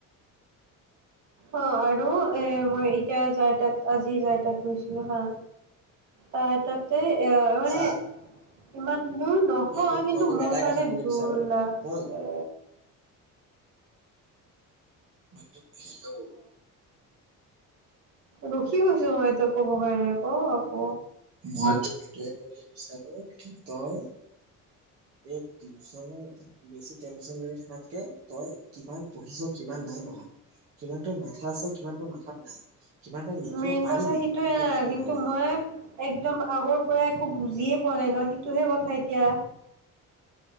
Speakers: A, on the right; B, on the right.
A: অ আৰু এ মই এতিয়া যাৰ তাত আজি যাৰ তাত গৈছিলো হা, তাৰ তাতে আহ মানে
B: চা
A: ইমান দৰ নহয়
B: মই তোক
A: কিন্তু
B: মই তোক
A: মোৰ
B: এটাই কথা
A: কাৰণে
B: কবলৈ
A: দৰ
B: বিচাৰো
A: লাগছে
B: শুন হয় <inaudible> হেল্ল'?
A: ৰো কি কৈছো মই তোক কব কাৰনে, ক আক।
B: মই তোক সেইটোয়ে কবলৈ বিচাৰো, কি তই এই টিউচন বেছি টেন টিউচন লৈ থকাতকে তই কিমান পঢ়িছ কিমান নাই
A: মই
B: পঢ়া কিমান ত মাথা আছে কিমান ত মা খ নাই কিমান তই লিখিব
A: মেইন
B: পাৰিবি
A: কথা সেইটোয়ে
B: কিমান তই
A: নাই
B: লিখিব
A: কিন্তু
B: নোৱাৰিবি
A: মই একদম আগৰ পৰা একো বুজিয়ে পোৱা নাই ন সেইটোহে কথা এতিয়া